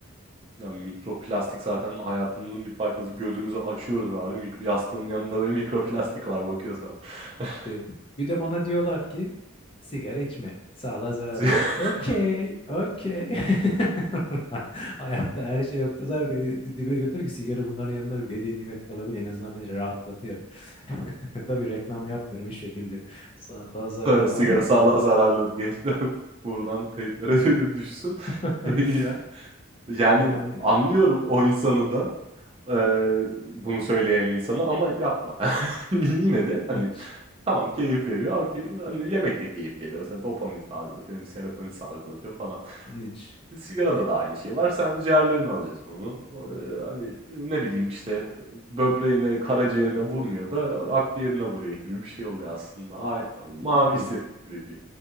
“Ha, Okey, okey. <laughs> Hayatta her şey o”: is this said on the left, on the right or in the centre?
Left